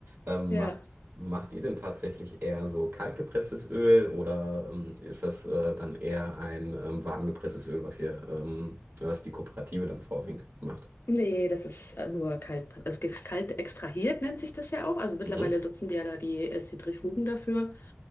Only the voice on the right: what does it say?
Ähm,
macht, macht ihr denn tatsächlich eher so kaltgepresstes Öl oder ähm, ist das äh, dann eher ein ähm, warmgepresstes Öl, was ihr, ähm, was die Kooperative dann vorwiegend macht?
Mhm.